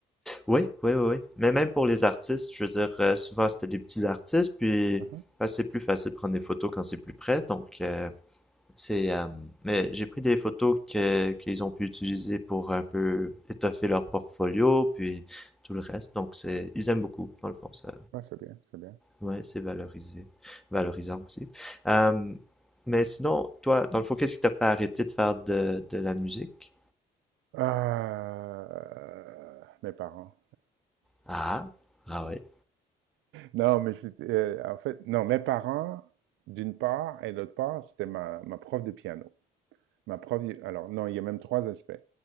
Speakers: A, in the centre; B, on the right.
A: ouais, ouais, ouais. ouais. Mais même pour les artistes, je veux dire, euh, souvent c'était des petits artistes, puis
B: Mmh
A: bah, c'est plus facile de prendre des photos quand c'est plus près. Donc euh, c'est, euh, mais j'ai pris des photos que qu'ils ont pu utiliser pour un peu étoffer leur portfolio, puis tout le reste. Donc c'est, ils aiment beaucoup dans le fond. Ça,
B: Ouais, c'est bien, c'est bien.
A: ouais, c'est valorisé, valorisant aussi. Euh, mais sinon, toi, dans le fond, qu'est-ce qui t'a fait arrêter de faire de, de la musique?
B: Heu, mes parents.
A: Ah, ah ouais,
B: Non, mais je heu, en fait, non, mes parents, d'une part et d'autre part, c'était ma ma prof de piano. Ma prof alors non, il y a même 3 aspects.